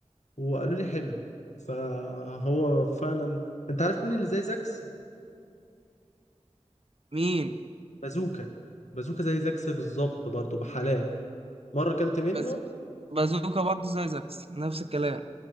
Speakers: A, on the left (about 70°); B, on the right (about 50°).
A: وقالوا لي حلو فهو فعلا انت عارف مين اللي زي زاكس
B: مين
A: بازوكا بازوكا زي زاكس بالظبط برضه بحالات مره اكلت منه
B: بز... بازوكا برضه زي زاكس نفس الكلام